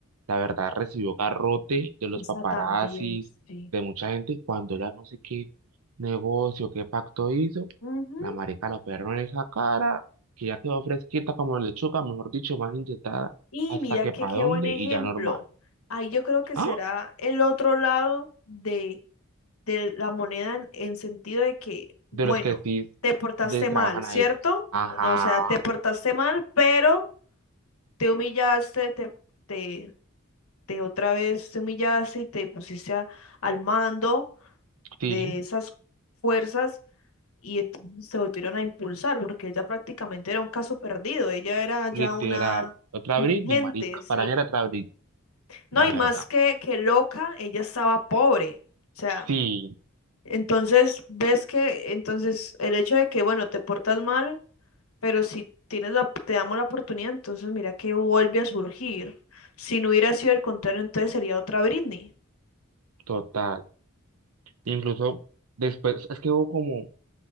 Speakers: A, on the right; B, on the left.
A: la verdad, recibió garrote de los
B: Esa
A: paparazzis,
B: también, sí.
A: de mucha gente, y cuando ella no sé qué negocio, qué pacto hizo,
B: Ujú.
A: la marica la operó en esa cara, que ya quedó fresquita como lechuga, mejor dicho, más inyectada,
B: Y
A: hasta
B: mira
A: que
B: que
A: pa'
B: qué
A: dónde,
B: buen ejemplo.
A: y ya normal.
B: Ahí yo creo que
A: ¿Ah?
B: será el otro lado de, de la moneda en, en sentido de que, bueno,
A: De los que sí
B: te portaste
A: les trabajan
B: mal, ¿cierto?
A: a ellos. Ajá,
B: No, o sea, te portaste mal, pero te humillaste, te, te, te otra vez te humillaste y te pusiste a- al mando
A: sí,
B: de esas fuerzas y entonces se volvieron a impulsar porque ella prácticamente era un caso perdido, ella era ya
A: literal.
B: una
A: Otra
B: indigente,
A: Britney, marica.
B: sí.
A: Para mí era otra Britney,
B: No,
A: la
B: y
A: verdad.
B: más que, que loca, ella estaba pobre, o sea,
A: Sí,
B: entonces ves que, entonces el hecho de que, bueno, te portas mal, pero si tienes la, te damos la oportunidad, entonces mira que vuelve a surgir. Si no hubiera sido el contrario, entonces sería otra Britney.
A: total. Incluso después, es que hubo como